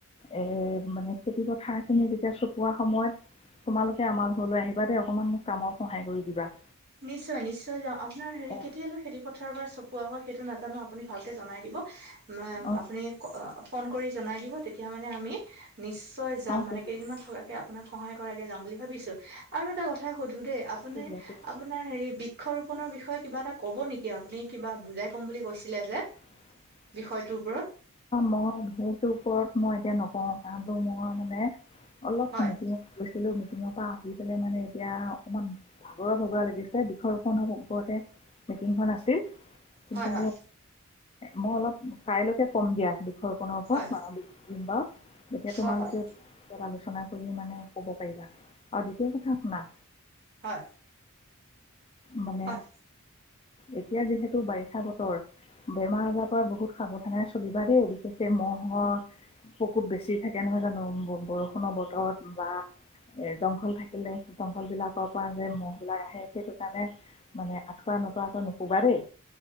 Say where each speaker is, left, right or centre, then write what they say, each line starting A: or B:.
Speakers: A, on the left; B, on the right.
A: এই মানে খেতি পথাৰখিনি যেতিয়া চপোৱা সময়ত তোমালোকে আমাৰ ঘৰলৈ আহিবা দেই, অকণমান মোক কামৰ সহায় কৰি দিবা।
B: নিশ্চয় নিশ্চয় যাম। আপোনাৰ হেৰি
A: অ
B: কেতিয়ালৈ খেতি পথাৰ বা চপোৱা হয় সেইটো নাজানো আপুনি ভালকে জনাই দিব।
A: অ
B: আপুনি ফোন কৰি জনাই দিব, তেতিয়া মানে আমি নিশ্চয় যাম।
A: চাওঁ
B: মানে
A: কৰিবি,
B: কেইদিনমান থকাকে আপোনাক সহায় কৰাকে যাম বুলি ভাবিছো। আৰু এটা কথা সোধো দেই
A: চাওঁ
B: আপুনি
A: কৰিবি,
B: আপোনাৰ হেৰি বৃক্ষৰোপনৰ বিষয়ে কিবা এটা ক'ব নেকি আপুনি? কিবা বুজাই ক'ম বুলি কৈছিলে যে
A: <unintelligible>
B: বিষয়টোৰ ওপৰত?
A: মই সেইটোৰ ওপৰত মই এতিয়া নকওঁ। কাৰণটো মই মানে অলপ
B: হয়
A: মিটিং গৈছিলো, মিটিঙৰ পৰা আহি পেলাই মানে এতিয়া অকণমান ভাগৰুৱা ভগৰুৱা লাগি আছে, বৃক্ষৰোপণৰ ওপৰতে মিটিংখন আছিল। কিন্তু
B: হয় হয়
A: মই অলপ কাইলৈকে ক'ম দিয়া। ঘৰখনৰ ওপৰত
B: হয়
A: দিম বাৰু, এতিয়া তোমালোকেও
B: হয় হয়
A: আলোচনা কৰি মানে ক'ব পাৰিবা। আৰু দ্বিতীয় কথা, শুনা
B: হয়।
A: মানে
B: হয়
A: এতিয়া যিহেতু বাৰিষা বতৰ, বেমাৰ আজাৰৰ পৰা বহুত সাৱধানে চলিবা দেই, বিশেষকে মহ'ৰ বহুত বেছি থাকে নহয় জানো, বৰষুণৰ বতৰত বা এ জংঘল থাকিলে, জংঘল বিলাকৰ পৰা যে মহ বিলাক আহে। সেইটো কাৰণে মানে আঁঠুৱা নতৰাকে নোশুবা দেই।